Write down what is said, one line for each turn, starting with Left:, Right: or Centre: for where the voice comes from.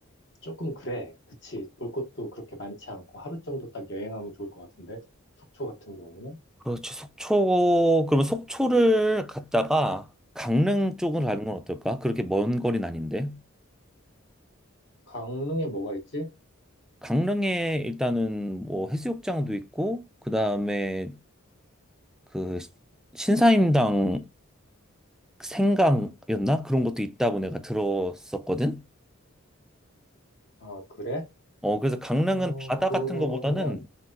Left: 조금 그래. 그치. 볼 것도 그렇게 많지 않고 하루 정도 딱 여행하면 좋을 것 같은데, 속- 속초 같은 경우는.
Centre: 그렇지. 속초, 그러면 속초를 갔다가 강릉 쪽으로
Left: 음.
Centre: 가는 건 어떨까? 그렇게 먼 거리는 아닌데.
Left: 강릉에 뭐가 있지?
Centre: 강릉에 일단은 뭐 해수욕장도 있고, 그 다음에 그 신사임당 생강이었나? 그런 것도 있다고 내가 들었었거든.
Left: 아, 그래?
Centre: 어, 그래서 강릉은
Left: 어,
Centre: 바다
Left: 그러면,
Centre: 같은 거보다는